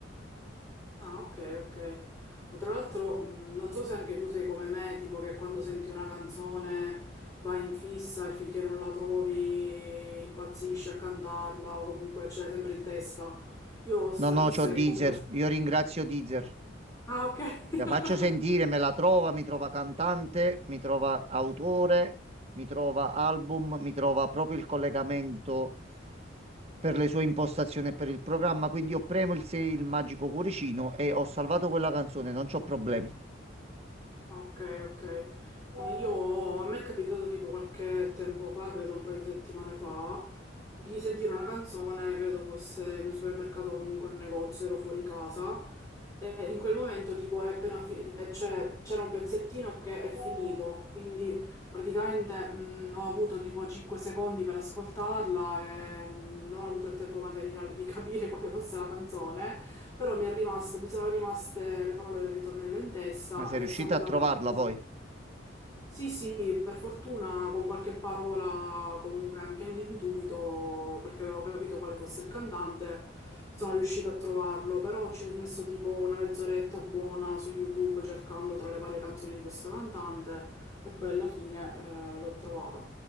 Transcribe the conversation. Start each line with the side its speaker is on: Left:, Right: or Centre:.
Left: Ah, ok, ok. Ma tra l'altro, mh, non so se anche tu sei come me, tipo che quando senti una canzone vai in fissa e finché non la trovi impazzisci a cantarla o comunque ce l'hai sempre in testa. Io ho sta
Right: No,
Left: fissa
Right: no, c'ho
Left: che
Right: Deezer.
Left: comunque...
Right: Io ringrazio Deezer.
Left: Ah, ok. <laughs>
Right: La faccio sentire, me la trova, mi trova cantante, mi trova autore, mi trova album, mi trova proprio il collegamento per le sue impostazioni e per il programma. Quindi io premo il, se- il magico cuoricino e ho salvato quella canzone, non c'ho problemi.
Left: Ok, ok. No, Io, a me è capitato tipo qualche tempo fa, credo un paio di settimane fa, di sentire una canzone, credo fosse in un supermercato o comunque in un negozio, ero fuori casa. E in quel momento, tipo, è appena fi- eh, c'è- c'era un pezzettino che è finito, quindi praticamente mh, ho avuto tipo 5 secondi per ascoltarla e non ho avuto il tempo materiale di capire <laughs> quale fosse la canzone, però mi è rimasto, mi sono rimaste le parole del ritornello in testa
Right: Ma sei riuscita
Left: e sono andata
Right: a trovarla
Left: avanti.
Right: poi?
Left: Sì, sì, per fortuna con qualche parola, comunque anche all'intuito, perché avevo capito quale fosse il cantante, sono riuscita a trovarlo, però ci ho messo tipo una mezz'oretta buona su YouTube cercando tra le varie canzoni di questo cantante e poi alla fine eh, l'ho trovata.